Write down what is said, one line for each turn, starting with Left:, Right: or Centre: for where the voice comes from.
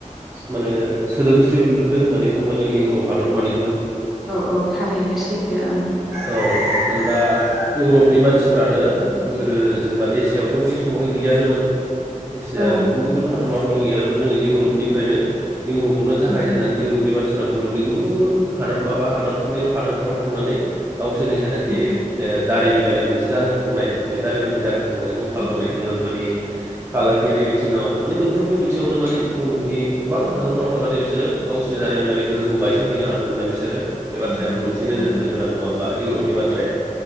Right: माने सोदोमस्रि मोनग्रोदों होन्नानै बुङोबा जों इउरप हादर मानि
Centre: औ -औ थारैनो सैथो ओं
Right: औ जेनेबा इउरपनि मानसिफोरानो गोदो जेनबा एसिया आवथ' बै समावहाय गैयानोमोन एसिया
Centre: ओं
Right: गुबुन -गुबुन हादरमाफोराव गैयानोमोन जोङो इउरपनिफ्रायनो इउरपावनो जागायजेननानै
Centre: औ उम
Right: इउरपनि मानसि मुलुगनि गुबुन गुबुन हादोरमा बा हादोरफोरनि हादोरफोराव थांनानै गावसोरनि ओ
Centre: उम उम
Right: दारिमिन मोनसे जांख्रिखांनाय बे दारिमारि जांख्रिखांनायखौ खालामहैदोंमोन
Centre: उम
Right: माने फालांगियारि
Centre: उम
Right: बिथिङाव माने मोनफ्रबो बि बिथिंआवनो माने
Centre: उम
Right: मुलुगनि गोबां हादरफोराव थांनानै बिसोर गावसिनि दारिमिनारि गोहोखौ गायसन हैैनोदों हादोंमोनना बि बिसोरो बे बाथ्रायाबो
Centre: उम
Right: मोनसे
Centre: औ
Right: नोजोर होनो गोनां नङा होमबा इउरप बे बाथ्रा
Centre: औ।